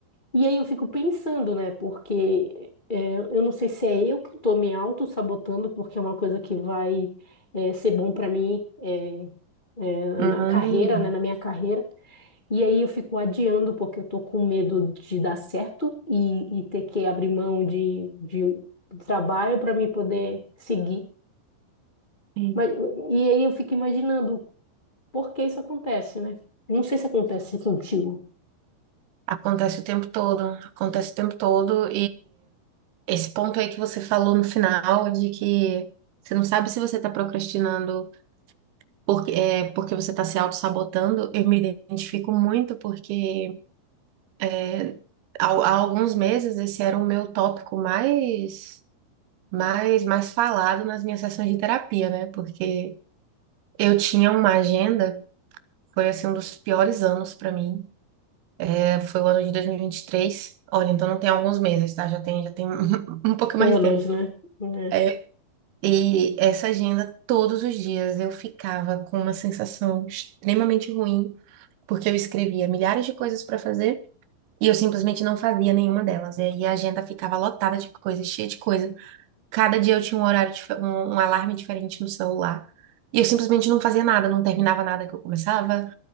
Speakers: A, on the left; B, on the right.
A: E aí eu fico pensando, né? Porque é, eu não sei se é eu que estou me auto-sabotando, porque é uma coisa que vai é, ser bom para mim é, é,
B: Hum.
A: na carreira, né? Na minha carreira. E aí eu fico adiando, porque eu tô com medo de dar certo e, e ter que abrir mão de, de trabalho para me poder seguir.
B: Sim.
A: Mas, e aí eu fico imaginando por que isso acontece, né? Não sei se acontece contigo,
B: Acontece o tempo todo. Acontece o tempo todo Esse ponto aí que você falou no final, de que você não sabe se você está procrastinando porque, é, porque você está se auto-sabotando, eu me identifico muito porque é, há, há alguns meses esse era o meu tópico mais, mais, mais falado nas minhas sessões de terapia, né? Porque eu tinha uma agenda, foi assim um dos piores anos para mim, É, foi o ano de dois mil e e vinte e três Olha, então não tem alguns meses, tá? Já tem, já tem <laughs> um pouco mais
A: Anos,
B: de tempo.
A: né? É.
B: É, E essa agenda, todos os dias, eu ficava com uma sensação extremamente ruim, porque eu escrevia milhares de coisas para fazer e eu simplesmente não fazia nenhuma delas. E aí a agenda ficava lotada de coisas, cheia de coisa. Cada dia eu tinha um horário, dif- um, um alarme diferente no celular. E eu simplesmente não fazia nada, não terminava nada que eu começava.